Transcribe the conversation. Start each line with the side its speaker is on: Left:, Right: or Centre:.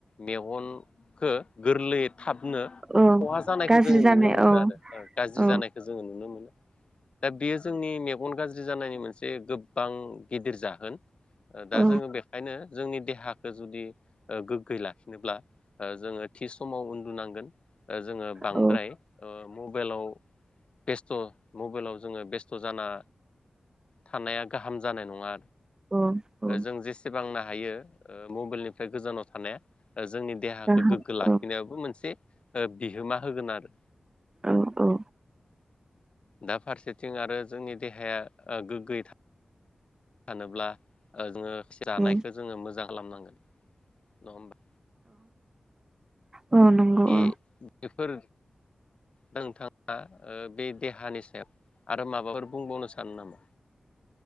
Left: मेगनखौ गोरलै। हाबनो
Right: औ
Left: खहा जानाय।
Right: गाज्रि
Left: जो नुनो
Right: जानाय
Left: मोनदों
Right: औ
Left: आरो गाज्रि
Right: औ
Left: जानायखौ जोङो नुनो मोनो दा बेयो जोंनि। मेगन गाज्रि जानायनि मोनसे गोबां गिदिर जाहोन। ओ दा
Right: औ
Left: जोङो बेखायनो। जोंनि देहाखौ जुदि गोग्गै लाखिनोब्ला जोङो थि समाव उन्दुनांगोन ओ जों। बांद्राय
Right: औ
Left: ओ मबाइलाव। बेस्थ मबाइलाव जोङो बेस्थ जाना थानाया गाहाम जानाय नङा।
Right: औ औ
Left: जों जेसेबांना। हायो मबाइलनिफ्राय गोजानाव थानाया। जोंनि देहाखौ
Right: गाहाम
Left: गोगो लाखिनायावबो
Right: औ
Left: मोनसे। ओ बिहोमा। होगोन आरो।
Right: औ औ।
Left: दा फारसेथिं आरो जोंनि देहाया गोग्गोयै था। सानोब्ला ओ जोङो। से रानायखो
Right: औ
Left: जोङो मोजां। खालामनांगोन नङा होनबा।
Right: अ नंगौ
Left: बे
Right: अ।
Left: बेफोर नोंथाङा ओ बे देहानि सायाव आरो माबाफोर बुंबावनो सानो नामा